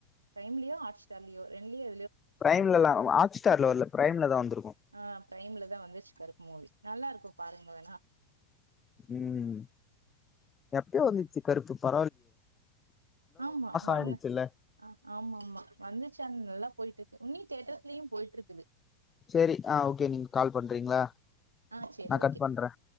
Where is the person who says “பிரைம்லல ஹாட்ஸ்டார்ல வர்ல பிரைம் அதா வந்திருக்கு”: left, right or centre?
Left